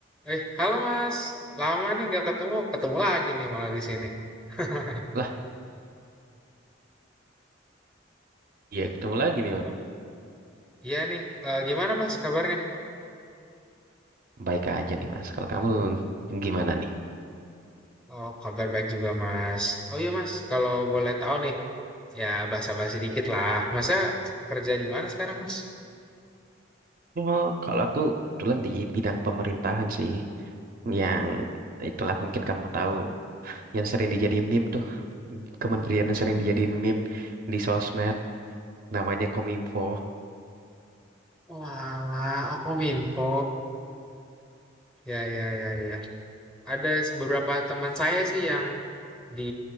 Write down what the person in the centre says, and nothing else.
Eh, halo Mas. Lama nih nggak ketemu. Ketemu lagi nih malah di sini. <laughs>
Gim-
Iya nih. Eh, gimana Mas kabarnya?
Oh, kabar baik juga Mas. Oh iya Mas, kalau boleh tahu nih, ya basa-basi dikit lah. Masa kerja di mana sekarang Mas?
Walah, aku minfo. Ya, ya, ya, ya. Ada beberapa teman saya sih yang di